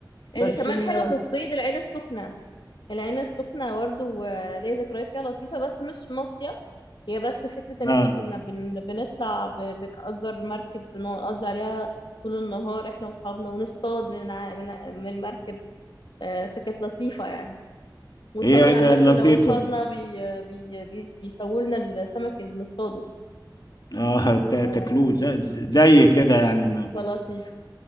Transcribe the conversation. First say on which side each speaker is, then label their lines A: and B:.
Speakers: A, on the left; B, on the left.
A: اللي
B: بس
A: كمان
B: ال
A: حلوة في الصيد العين السخنة العين السخنة برضه آه، ليا ذكريات فيها لطيفة بس مش مصيف هي بس فكرة ان
B: اه
A: احنا كنا بن... بنطلع ب... بنأجر مركب بنقضي عليها طول النهار احنا واصحابنا ونصطاد من ع- من, من المركب آه، فكانت لطيفة يعني ونطمن
B: هي إيه
A: على
B: ده
A: المركب
B: لطيفه
A: لو اصطادنا بي بي بي بيسووا لنا السمك اللي بنصطاده
B: اه تا-
A: ف-
B: تاكلوه زي زي كده يعني ما
A: فلطيف